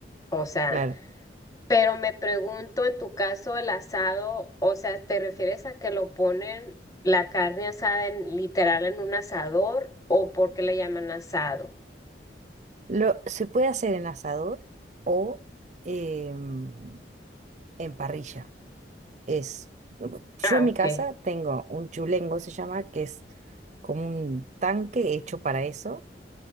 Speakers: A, on the left (about 20°); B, on the right (about 40°).
A: o sea,
B: Claro.
A: pero me pregunto en tu caso el asado, o sea, ¿te refieres a que lo ponen la carne asada en, literal en un asador o por qué le llaman asado?
B: Lo, se puede hacer en asador o em, en parrilla. Es, yo
A: Ah,
B: en mi
A: ok.
B: casa tengo un chulengo, se llama, que es como un tanque hecho para eso,